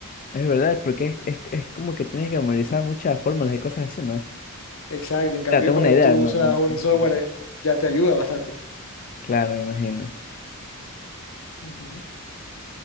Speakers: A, on the left; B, on the left.
A: es verdad, porque es, es, es como que tienes que memorizar muchas fórmulas y cosas así, ¿no? O
B: <laughs> Exacto, en cambio
A: sea, tengo
B: cuando
A: una idea,
B: tú
A: no,
B: usas
A: no-
B: un
A: no
B: software
A: quiero decir.
B: eh, ya te ayuda bastante.
A: Claro, me imagino.
B: Ujú.